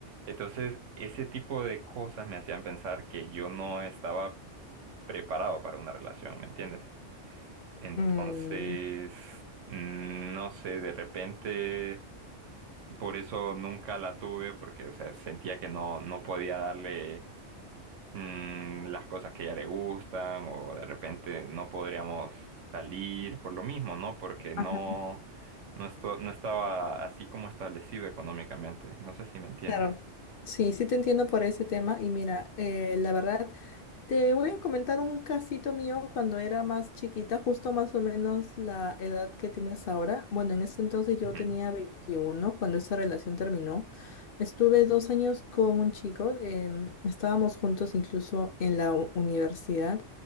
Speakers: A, on the right; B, on the left.
A: Entonces, ese tipo de cosas me hacían pensar que yo no estaba preparado para una relación, ¿me entiendes? Entonces,
B: Mm,
A: mm, no sé, de repente, por eso nunca la tuve, porque, o sea, sentía que no, no podía darle mm, las cosas que a ella le gustan o de repente no podríamos salir por lo mismo, ¿no? Porque no,
B: ajá.
A: no, esto- no estaba así como establecido económicamente. No sé si me entiendes.
B: Claro. Sí, sí te entiendo por ese tema. Y mira, eh, la verdad. Te voy a comentar un casito mío cuando era más chiquita, justo más o menos la edad que tienes ahora. Bueno, en ese entonces yo
A: Ujú,
B: tenía 21 cuando esa relación terminó. Estuve dos años con un chico, em, estábamos juntos incluso en la u- universidad.